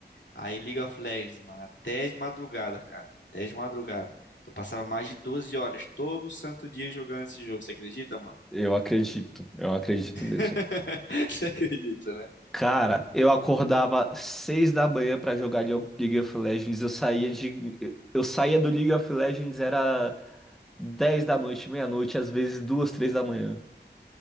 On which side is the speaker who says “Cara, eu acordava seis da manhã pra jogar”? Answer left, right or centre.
Centre